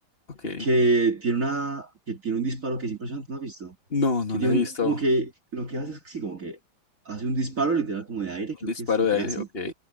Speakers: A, on the left; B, on the right.
A: ok.
B: que tiene una, que tiene un disparo que es impresionante, ¿no has visto?
A: No, no
B: Que
A: la
B: tiene
A: he visto.
B: un, como que, lo que hace es, que sí, como que hace un disparo literal como de aire,
A: Un
B: creo
A: disparo
B: que es lo
A: de
B: que
A: aire,
B: hace,
A: ok.